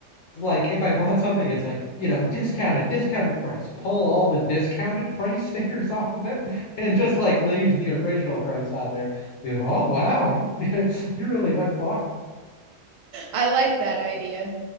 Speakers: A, on the left; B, on the right.
A: like if I bought something, it's like, you know, discounted, discounted price. Pull all the discounted price <laughs> stickers off of it and just like leave the original price on there. Be like, oh wow, you <laughs> you really went far.
B: I like that idea.